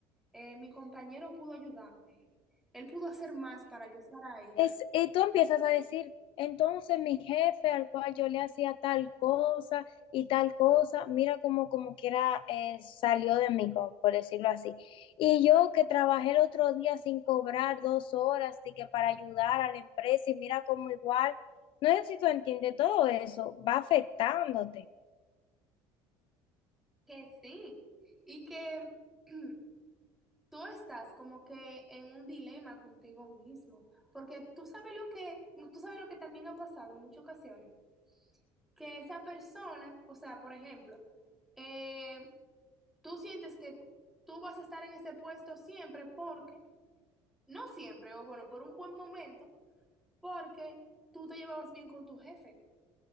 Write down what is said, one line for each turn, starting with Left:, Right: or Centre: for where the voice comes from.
Centre: eh, mi compañero pudo ayudarme, él pudo hacer más para yo estar ahí.
Left: Es, y tú empiezas a decir, entonces mi jefe al cual yo le hacía tal cosa y tal cosa, mira como como quiera eh, salió de mí, como por decirlo así. Y yo que trabajé el otro día sin cobrar dos horas y que para ayudar a la empresa y mira como igual, no sé si tú entiendes todo eso, va afectándote.
Centre: Que sí, y que <clears throat> tú estás como que en un dilema contigo mismo, porque tú sabes lo que, tú sabes lo que también ha pasado en muchas ocasiones, que esa persona, o sea, por ejemplo, eh, tú sientes que tú vas a estar en ese puesto siempre porque, no siempre, o bueno, por un buen momento porque tú te llevabas bien con tu jefe.